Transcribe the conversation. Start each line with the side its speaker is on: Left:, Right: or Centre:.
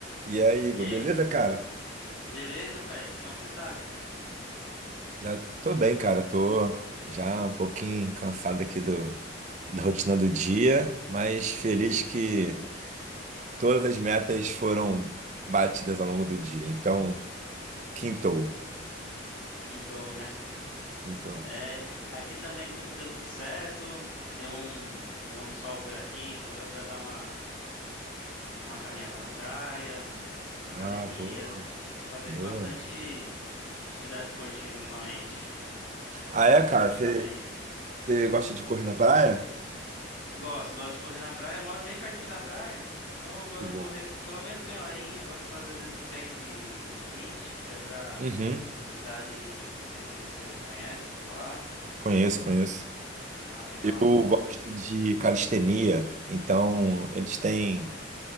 Right: E aí, Igor,
Left: E aí,
Right: beleza, cara?
Left: beleza, Félix? Como é que você tá, cara?
Right: Já tô bem, cara. Tô já um pouquinho cansado aqui do, da rotina do dia, mas feliz que todas as metas foram batidas ao longo do dia. Então, quintou.
Left: Quintou, né?
Right: Então.
Left: É, aqui também tudo deu tudo certo. Deu um, deu um sol por aqui, então deu pra dar uma, uma caminhada na praia. Fui pra
Right: Ah,
Left: academia,
Right: boa,
Left: fazendo
Right: boa.
Left: bastante atividade esportiva ultimamente.
Right: Ah,
Left: Dando
Right: é,
Left: pra
Right: cara?
Left: praticar
Right: Você
Left: bem.
Right: você gosta de correr na praia?
Left: Gosto, gosto de correr na praia. Eu moro bem pertinho da praia, então eu gosto
Right: Que
Left: de
Right: bom.
Left: correr pelo menos meia horinha. Gosto de fazer às vezes um treino de, de HIIT, que é pra
Right: Uhum,
Left: dar ali. Não sei se você conhece, já ouviu falar.
Right: conheço, conheço.
Left: Ah, legal.
Right: Eu gosto de calistenia, então eles têm.